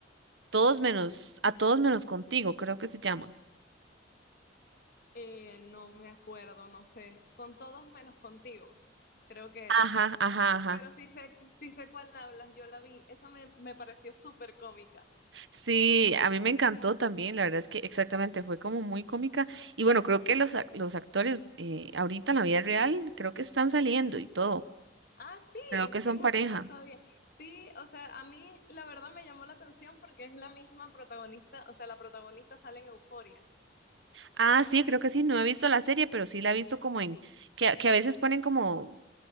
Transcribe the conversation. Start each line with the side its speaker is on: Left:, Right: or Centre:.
Right: todos menos, a todos menos contigo, creo que se llama.
Left: Eh, no me acuerdo, no sé. Con todos menos contigo, creo que
Right: Ajá,
Left: era.
Right: ajá, ajá.
Left: Pero sí sé, sí sé cuál hablas, yo la vi. Esa me, me pareció súper cómica.
Right: Sí, a mí me encantó también, la verdad es que exactamente fue como muy cómica. Y bueno, creo que los, ac- los actores eh, ahorita en la vida real creo que están saliendo y todo.
Left: Ah, sí,
Right: Creo que son
Left: fíjate,
Right: pareja.
Left: no sabía. Sí, o sea, a mí la verdad me llamó la atención porque es la misma protagonista, o sea, la protagonista sale en Euforia.
Right: Ah, sí, creo que sí, no he visto la serie, pero sí la he visto como en, que, que a veces ponen como,